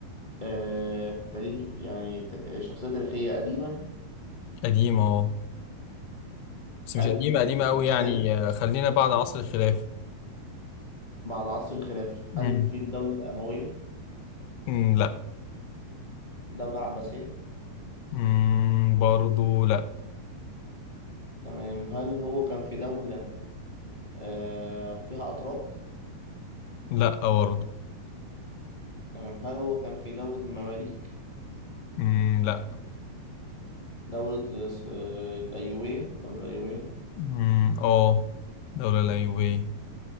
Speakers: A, on the left (about 65°); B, on the left (about 85°).
A: آه... تاريخ يعني ت... شخصية تاريخية قديمة
B: قديمة اه بس مش
A: قبل
B: قديمة قديمة
A: الإسلام
B: أوي يعني آه، خلينا بعد عصر الخلافة
A: مع العصر الخلافي
B: مم.
A: هل في الدولة الأموية
B: مم، لا
A: دولة عباسية
B: مم. برضو لا
A: تمام هل هو كان في دولة آه... فيها أتراك
B: لا برضو
A: تمام هل هو كان في دولة المماليك
B: مم. لا
A: دولة الس- الأيوبية دولة الأيوبية
B: مم. اه دولة الأيوبية